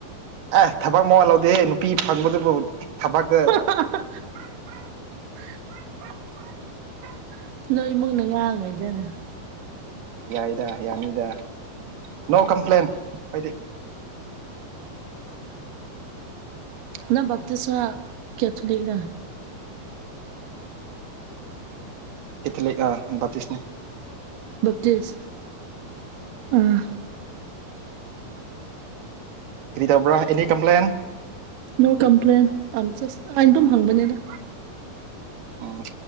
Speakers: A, on the right; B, on the right.
A: ꯑꯦ ꯊꯕꯛ ꯃꯋꯥ ꯂꯧꯗꯦꯍꯦ ꯅꯨꯄꯤ ꯐꯪꯕꯗꯨꯕꯨ ꯊꯕꯥꯛꯇ
B: <unintelligible> ꯅꯣꯏ ꯏꯃꯨꯡꯅ ꯉꯥꯡꯉꯩꯗꯅ
A: ꯌꯥꯏꯗ ꯌꯥꯅꯤꯗ ꯅꯣ ꯀꯝꯄ꯭ꯂꯦꯟ ꯑꯩꯣꯏꯗꯤ
B: ꯅ ꯞꯇꯤꯁ ꯀꯦꯊꯟ ꯂꯩꯅ
A: ꯀ ꯂꯩ ꯆꯁꯅꯦ
B: ꯞꯇꯁ ꯑꯥ
A: ꯀꯔꯤ ꯇꯧꯕ꯭ꯔꯥ ꯑꯦꯅꯤ ꯀꯝꯄ꯭ꯂꯦꯟ
B: ꯅꯣ ꯀꯝꯄ꯭ꯂꯦꯟ ꯑ ꯆ ꯑꯩꯅ ꯑꯗꯨꯝ ꯍꯪꯕꯅꯦꯗ
A: ꯑꯣꯝ